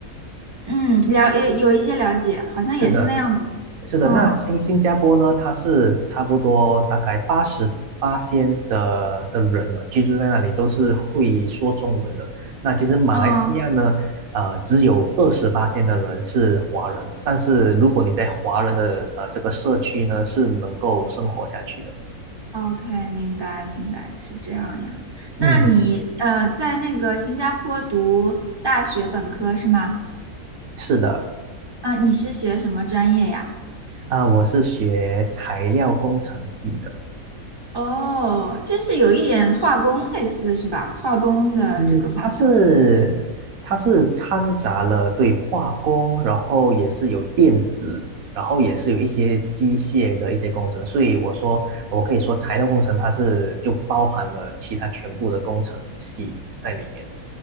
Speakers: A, on the right (about 15°); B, on the right (about 70°).
A: 嗯了，也有一些了解，好像也是那样子。
B: 是的，是的，
A: 嗯
B: 那新新加坡呢，它是差不多大概八十八仙的的人嘛，居住在那里都是会说中文的。那其实马来西亚呢，
A: 嗯
B: 呃，只有二十八仙的人是华人，但是如果你在华人的呃这个社区呢，是能够生活下去的。
A: ，OK，明白明白，是这样呀。那你呃，
B: 嗯，
A: 在那个新加坡读大学本科是吗？
B: 是的，
A: 啊、你是学什么专业呀？
B: 啊、我是学材料工程系的。
A: 哦，这是有一点化工类似是吧？化工的这个方向，
B: 嗯，它是它是掺杂了对化工，然后也是有电子，然后也是有一些机械的一些工程，所以我说我可以说材料工程它是就包含了其他全部的工程系在里面。